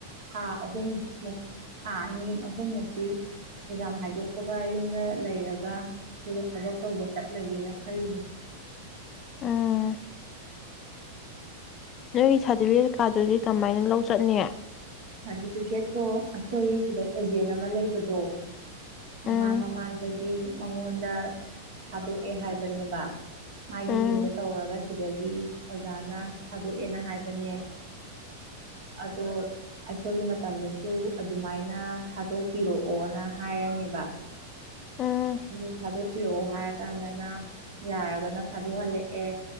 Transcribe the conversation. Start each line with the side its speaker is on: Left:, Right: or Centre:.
Right: ꯊꯥ ꯑꯍꯨꯝꯃꯨꯛ ꯊꯥ ꯑꯅꯤ ꯑꯍꯨꯝꯃꯨꯛꯇꯤ ꯑꯦꯛꯖꯥꯝ ꯍꯥꯏꯗꯣꯛꯄꯒ ꯌꯨꯝꯗ ꯂꯩꯔꯒ ꯑꯗꯨꯒ ꯊꯕꯛ ꯇꯧꯕ ꯆꯠꯂꯒꯦꯅ ꯈꯜꯂꯤ꯫
Left: ꯎꯝ ꯅꯣꯏꯒꯤ ꯁꯥ꯭ꯔꯇꯤꯐꯤꯀꯦꯠ ꯀꯥꯏꯗꯨꯗꯤ ꯀꯃꯥꯏꯅ ꯂꯧ ꯆꯠꯅꯤ꯫
Right: ꯁꯥꯔꯇꯤꯐꯤꯀꯦꯠꯇꯣ ꯑꯩꯈꯣꯏ ꯁꯤꯗ ꯑꯦꯖꯦꯟ ꯑꯃ ꯂꯩꯕꯗꯣ ꯃꯃꯥꯡ
Left: ꯎꯝ
Right: ꯃꯃꯥꯡꯗꯗꯤ ꯃꯉꯣꯟꯗ ꯊꯥꯗꯣꯛꯑꯦ ꯍꯥꯏꯕꯅꯦꯕ ꯃꯥꯒꯤ
Left: ꯎꯝ
Right: ꯃꯤꯡꯗ ꯇꯧꯔꯒ ꯁꯤꯗꯒꯤ ꯑꯣꯖꯥꯅ ꯊꯥꯗꯣꯛꯑꯦꯅ ꯍꯥꯏꯕꯅꯦ ꯑꯗꯣ ꯑꯩꯈꯣꯏꯒꯤ ꯃꯇꯝꯗꯁꯨ ꯑꯗꯨꯃꯥꯏꯅ ꯊꯥꯗꯣꯛꯄꯤꯔꯛꯑꯣꯅ ꯍꯥꯏꯔꯅꯦꯕ
Left: ꯎꯝ
Right: ꯑꯗꯨ ꯊꯥꯗꯣꯛꯄꯤꯔꯛꯑꯣ ꯍꯥꯏꯔꯀꯥꯟꯗꯅ ꯌꯥꯔꯒꯅ ꯊꯥꯗꯣꯛꯍꯜꯂꯛꯑꯦ